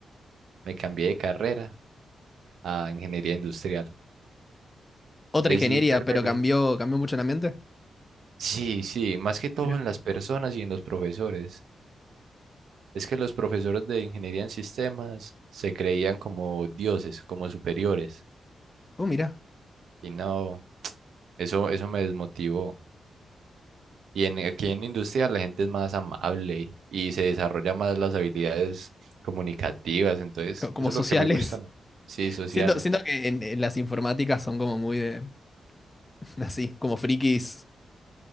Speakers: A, on the right (about 80°); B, on the left (about 20°).
A: Me cambié de carrera a ingeniería industrial.
B: Otra
A: Decidí
B: ingeniería,
A: ser
B: pero
A: feliz.
B: cambió, cambió mucho el ambiente.
A: Sí, sí, más que todo
B: Mirá.
A: en las personas y en los profesores. Es que los profesores de ingeniería en sistemas se creían como dioses, como superiores.
B: Oh, mirá.
A: Y no, eso, eso me desmotivó. Y en, aquí en industria la gente es más amable y se desarrolla más las habilidades comunicativas. Entonces,
B: Co- Como
A: eso
B: sociales.
A: es lo que me gusta. Sí, sociales.
B: Siento, siento que en, en las informáticas son como muy de, <laughs> así, como frikis